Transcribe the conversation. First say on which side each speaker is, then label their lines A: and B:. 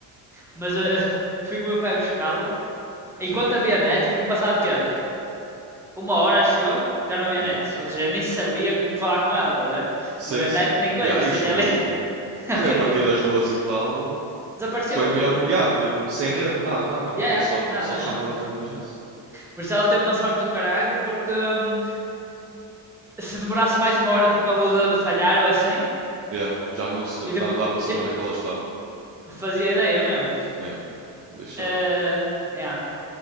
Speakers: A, in the centre; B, on the right.
A: Mas ah, <laughs> fui com o meu pai buscá-la. Enquanto
B: Sim.
A: havia net, porque passava o quê? Uma hora, acho eu, já não havia
B: Hum.
A: net. Ou seja, nem sabia como falar com ela, estás a ver?
B: Sim,
A: Não havia
B: sim.
A: net nem coisa.
B: E há
A: Ou
B: isto.
A: seja, ela é <laughs>
B: Foi
A: horrível.
B: a partir das duas e tal.
A: Desapareceu
B: Foi mesmo,
A: tudo.
B: yeah, mesmo sem rede, nada, nada, nada,
A: Ya, ya,
B: só,
A: nada
B: só
A: mesmo.
B: chamadas de emergência.
A: Por isso ela teve uma sorte do caralho, porque hum, se demorasse mais uma hora, tipo, a luz a falhar ou assim,
B: Yeah, já não, se,
A: e
B: não
A: de-
B: dá para saber
A: tipo,
B: onde é que ela estava.
A: fazia ideia mesmo.
B: Yeah, lixado.
A: Uh, yeah.